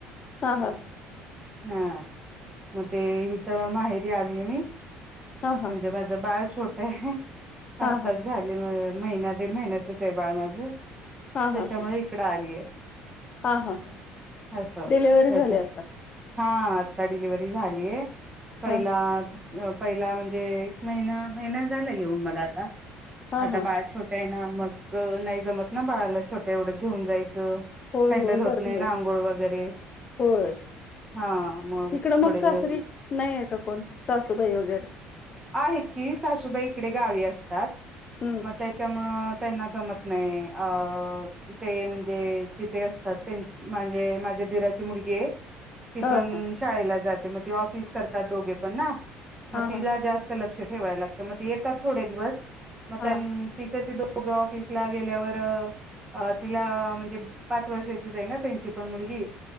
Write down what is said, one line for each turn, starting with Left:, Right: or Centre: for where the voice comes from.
Left: हा ह
Right: हा मग ते इथ माहेरी आलीय मी,
Left: हा हा.
Right: म्हणजे माझ बाळ छोट
Left: हा
Right: आताच
Left: हा
Right: झाली म महिना दीड महिन्याचच आहे बाळ माझं
Left: हा
Right: त्याच्यामुळे
Left: हा हा
Right: इकडे आले आहे
Left: हा हा हा
Right: अससा
Left: डिलिव्हरी झाली
Right: अच
Left: आता
Right: हा आता डिलिव्हरी झालीय पहिला.
Left: हा हा.
Right: पहिला म्हणजे एक महिना महिना झाला येऊन मला आता
Left: हा
Right: आता
Left: हा
Right: बाळ छोट ना मग नाही जमत ना बाळाला छोटं एवढं घेऊन जायचं.
Left: होय
Right: हँडल
Left: होय
Right: होत
Left: गरमी
Right: नाही ना आंघोळ वगैरे
Left: होय.
Right: हा मग
Left: तिकडं मग
Right: थोडे
Left: सासरी
Right: दिवस
Left: नाही आहे का कोण सासूबाई वगैरे
Right: आहेत की सासूबाई इकडे गावी असतात
Left: हम्म
Right: म त्याच्यामुं त्यांना जमत नाही अ ते म्हणजे तिथे असतात म्हणजे माझ्या दिराची मुलगी आहे ती
Left: हा
Right: पण
Left: हा
Right: शाळेला जातात दोघे पण मग
Left: हा हा
Right: त लक्ष ठेवायला लागत येतात थोडे दिवस मग
Left: हा
Right: त्यां ती कशी दोघं ऑफिसला गेल्यावर अ तिला म्हणजे पाच वर्षाचीच आहे ना त्यांची पण मुलगी